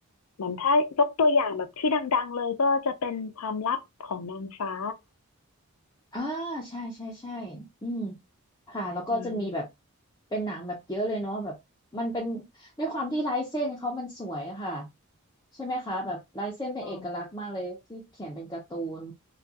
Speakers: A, on the left (about 80°); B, on the left (about 15°).
A: เหมือนถ้ายกตัวอย่างแบบที่ดังๆเลยก็จะเป็นความลับของนางฟ้า
B: อ่าใช่ใช่ใช่อืมค่ะแล้วก็จะมีแบบ
A: อืม
B: เป็นหนังแบบเยอะเลยเนาะแบบมันเป็นด้วยความที่ลายเส้นเขามันสวยอะค่ะใช่ไหมคะแบบลายเส้นเป็นเอกลักษณ์มากเลยที่เขียนเป็นการ์ตูน
A: ใช่